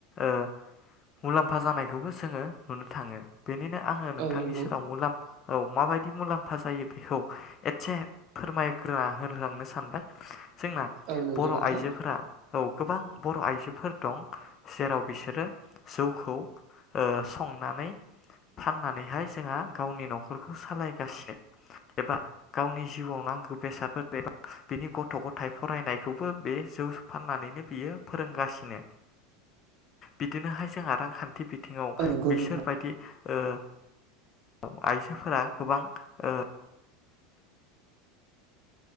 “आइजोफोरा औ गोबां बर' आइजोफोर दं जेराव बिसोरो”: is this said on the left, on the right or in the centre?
Left